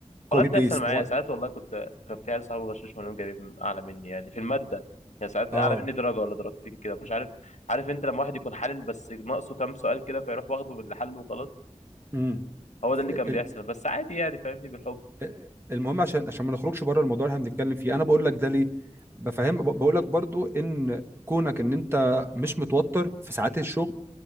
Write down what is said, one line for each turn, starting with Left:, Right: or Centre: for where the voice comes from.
Right: كوبي
Left: والله بتحصل
Right: بيست
Left: معايا
Right: هو
Left: ساعات والله كنت كان في عيال صحابي غشاش منهم جايبين اعلى مني يعني في الماده يعني ساعات
Right: اه
Left: اعلى مني درجه ولا درجتين كده مش عارف عارف انت لما واحد يكون حالل بس ناقصه كام سؤال كده فيروح واخده باللي حله وخلاص
Right: امم
Left: هو ده اللي كان
Right: ال-
Left: بيحصل بس عادي يعني فاهمني بالحب
Right: ال- المهم عشان عشان ما نخرجش بره الموضوع اللي احنا بنتكلم فيه انا بقول لك ده ليه بفهم بقول لك برضو ان كونك ان انت مش متوتر في ساعات الشغل